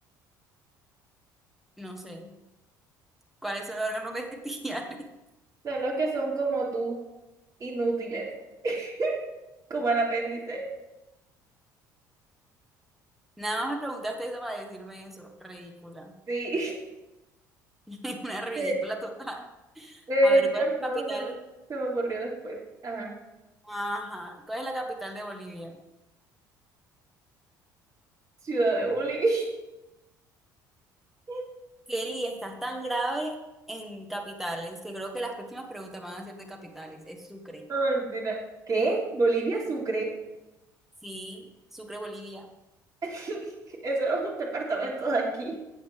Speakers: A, in the centre; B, on the right.
A: no sé. ¿Cuáles son los órganos <laughs> vestigiales?
B: Son los que son como tú, inútiles, <laughs> como el apéndice.
A: Nada más me preguntaste eso para decirme eso. Ridícula.
B: Sí. <laughs>
A: <laughs> Una ridícula
B: De
A: total.
B: de
A: A ver,
B: hecho,
A: ¿cuál es
B: no,
A: la capital?
B: se me, se me ocurrió después. Ajá.
A: Ajá, ¿cuál es la capital de Bolivia?
B: Ciudad de bullying. <laughs>
A: Kelly, estás tan grave en capitales que creo que las próximas preguntas van a ser de capitales. Es Sucre.
B: No, mentira. ¿Qué? ¿Bolivia Sucre?
A: Sí, Sucre, Bolivia.
B: <laughs> Eso era un departamento de aquí.